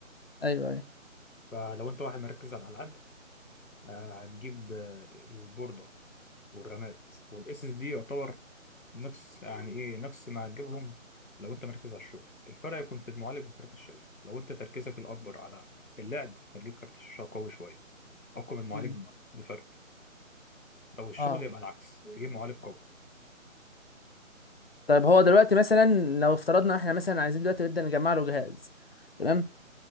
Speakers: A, on the left; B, on the left.
A: ايوه ايوه
B: فلو انت واحد مركز على الالعاب آه، هتجيب آه، البورده والرامات والاس اس دي يعتبر نفس يعني ايه نفس ما هتجيبهم لو انت مركز على الشغل الفرق يكون في المعالج وكارت الشاشه لو انت تركيزك الاكبر على اللعب هتجيب كارت شاشه قوي شويه اقوى من المعالج
A: مم.
B: بفرق لو الشغل
A: اه
B: يبقى العكس تجيب معالج قوي
A: طيب هو دلوقتي مثلا لو افترضنا احنا مثلا عايزين دلوقتي نبدا نجمع له جهاز تمام